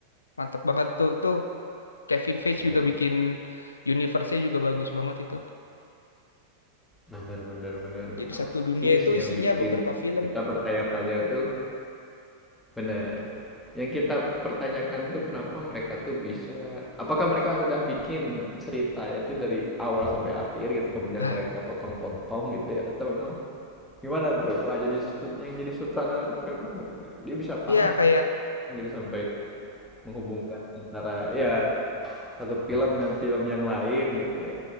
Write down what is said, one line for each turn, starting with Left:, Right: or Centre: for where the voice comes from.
Left: mantep banget tuh. Tuh Kevin Feige
Centre: Ada
Left: juga
Centre: be-
Left: bikin universe-nya juga bagus banget itu.
Centre: Benar benar benar benar.
Left: Jadi satu dunia
Centre: Ini
Left: itu
Centre: sih yang
Left: isinya
Centre: bikin
Left: beberapa film.
Centre: kita bertanya-tanya tuh Benar. Yang kita pertanyakan tuh kenapa mereka tuh bisa, apakah mereka udah bikin ceritanya tuh dari awal sampai akhir gitu, kemudian
Left: Ah,
Centre: mereka potong-potong gitu ya, atau memang gimana tuh? Wah jadi sut- yang jadi sutradara tuh keren banget gitu. Dia bisa paham
Left: iya kayak
Centre: gitu sampai menghubungkan antara ya satu film dengan film yang lain gitu ya.